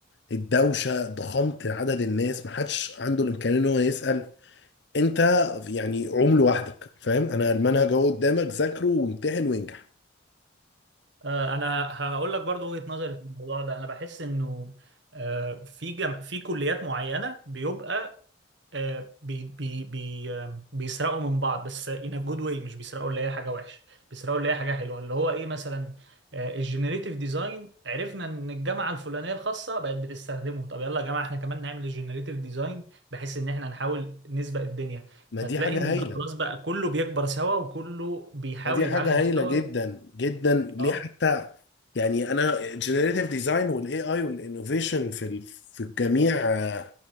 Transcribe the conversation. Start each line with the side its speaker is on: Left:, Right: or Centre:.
Left: الدوشه ضخامه عدد الناس ما حدش عنده الامكانيه ان هو يسال انت يعني عمل لوحدك فاهم انا المنهج اهو قدامك ذاكره وامتحن وانجح
Right: آه، انا هقول لك برضو وجهة نظري في الموضوع ده انا بحس انه آه، في جم... في كليات معينة بيبقى آه، بي بي بي آه، بيسرقوا من بعض بس in a good way مش بيسرقوا اللي هي حاجة وحشة بيسرقوا اللي هي حاجة حلوة اللي هو ايه مثلا الجنريتيف ديزاين عرفنا ان الجامعة الفلانية الخاصة بقت بتستخدمه طب يلا يا جماعة احنا كمان نعمل الجنريتيف ديزاين بحيث ان احنا نحاول نسبق الدنيا
Left: ما
Right: فتلاقي
Left: دي حاجه
Right: ان
Left: هايله
Right: خلاص بقى كله بيكبر سوا وكله بيحاول
Left: ما دي حاجه
Right: يتعلم
Left: هايله
Right: سوا
Left: جدا جدا
Right: اه
Left: ليه حتى يعني انا الجنريتيف ديزاين والاي اي والانوفيشن في ال- في الجميع آه،